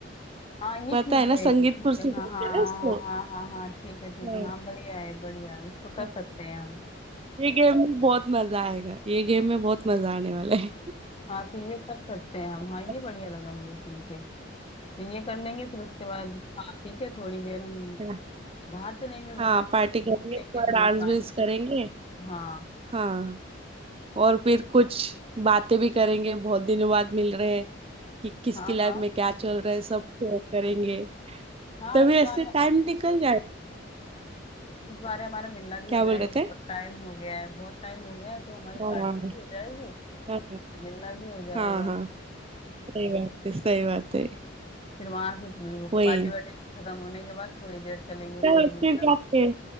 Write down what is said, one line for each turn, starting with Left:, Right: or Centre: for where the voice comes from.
Left: हाँ ये
Right: पता
Left: ठीक
Right: है ना
Left: रहेगा
Right: संगीत
Left: ठीक
Right: कुर्सी
Left: है
Right: बोलते
Left: हाँ हाँ
Right: हैं ना इसको
Left: हाँ हाँ हाँ हाँ, हाँ, हाँ, ठीक है ठीक
Right: हाँ,
Left: है हाँ बढ़िया है बढ़िया है, इसको कर
Right: हाँ।
Left: सकते हैं हम
Right: ये गेम में बहुत मजा आएगा ये गेम में बहुत मजा आने वाला है
Left: हाँ तो ये कर सकते
Right: <laughs>
Left: हैं हम हाँ ये बढ़िया लगा मुझे सुन के तो ये कर लेंगे फिर उसके बाद खा पी के थोड़ी देर हम
Right: हाँ
Left: बाहर चलेंगे घूम
Right: हाँ पार्टी
Left: घूमने
Right: करेंगे थोड़ा
Left: के लिए
Right: डांस
Left: पार्क
Right: भी करेंगे
Left: हाँ
Right: हाँ और फिर कुछ बातें भी करेंगे बहुत दिनों बाद मिल रहे हैं कि किसकी
Left: हाँ
Right: लाइफ
Left: हाँ
Right: में क्या चल रहा है सब शेयर करेंगे
Left: हाँ
Right: तभी
Left: इस
Right: ऐसे
Left: बार
Right: टाइम निकल जाएगा
Left: इस बार हमारा मिलना भी
Right: क्या
Left: हो जाएगा
Right: बोल रहे
Left: बहुत
Right: थे
Left: टाइम हो गया है बहुत टाइम हो गया है तो हमारी
Right: हाँ
Left: पार्टी भी हो जाएगी और
Right: हाँ
Left: मिलना भी हो जाएगा
Right: हाँ हाँ सही बात है सही बात है
Left: फिर वहां से
Right: वही
Left: पार्टी वार्टी खत्म होने के बाद थोड़ी देर चलेंगे
Right: चलो
Left: कोई मतलब
Right: फिर जाते हैं